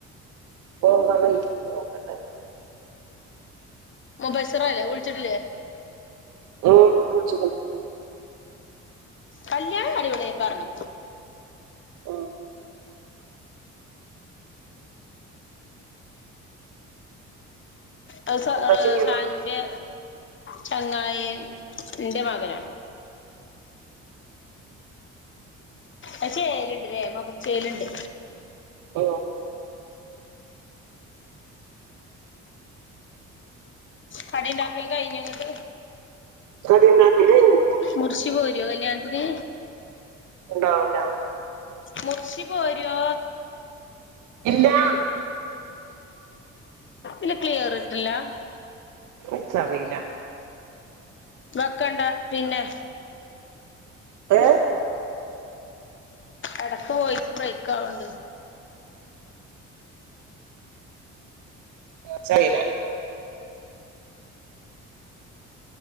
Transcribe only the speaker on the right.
<unintelligible> നോക്കട്ടെ.
ഉം വിളിച്ചിക്കുണു
ഓ
എന്താ
ചെയ്യ്ണ്
ഉം
കടിണ്ടാക്കലയ്ഞ്ഞ്
ണ്ടാവുലാ
ഇല്ലാ
ഇച്ചറീല
ഏ
ച്ചറീല